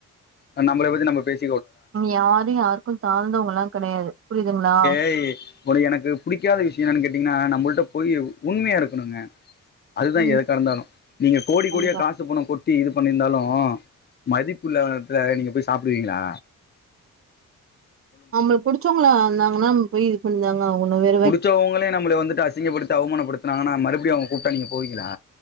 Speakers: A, on the left; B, on the right.
A: அ நம்மபள பத்த நம்ம பேசி
B: யாரு யாருக்கு தாழ்ந்தவங்கல்லா கடையாது புரிதுங்ளா
A: <unintelligible> இப்பொனு எனக்கு புடிக்காத விஷியு என்னன்னு கேட்டீங்கின்னா நம்முள்ட்ட பொய் உண்மையா இருக்கணுங்க அதுதா
B: ம்
A: எ தடந்தானோ நீங்க கோடி
B: கண்டிப்பா
A: கோடிய கா சு பணோ கொட்டி இது பண்ணி இருந்தாலு மதிப்பில்லா எட்த்துல நீங்க போய் சாப்பிடுவீங்களா
B: நம்மள புடிச்சோங்களா இந்தாங்கன்னா நம்ம போய் இது பண் தாங்க ஆகணு வே
A: புடிச்சவங்களே நம்மள வந்துட்டு அசிங்கப்படுத்தி அவமானப்படுத்துனாங்கன்னா மறுபடியு அவங்க கூப்ட்டா நீங்க போவீங்களா